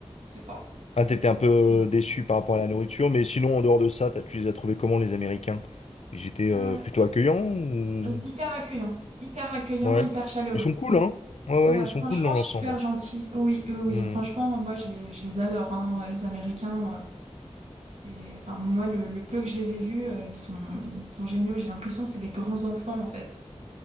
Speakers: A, on the right; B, on the left.
A: je sais pas.
B: Ah, t'étais un peu
A: Mais bon,
B: euh, déçu par rapport à la nourriture, mais sinon, en dehors de ça, t'as- tu les as trouvés comment, les Américains? Ils étaient euh,
A: Euh,
B: plutôt accueillants ou...
A: hyper accueillant, hyper accueillant,
B: Ouais.
A: hyper chaleureux.
B: Ils sont cool,
A: Oui.
B: hein? Ouais,
A: Ouais,
B: ouais, ils sont
A: franchement,
B: cool dans l'ensemble.
A: super gentil. Oui, oui, oui,
B: Hmm.
A: franchement, moi, je les, je les adore, hein, les Américains. euh, c'est, enfin, moi, le, le peu que je les ai vus, euh, ils sont, ils sont géniaux. J'ai l'impression que c'est des grands enfants, en fait.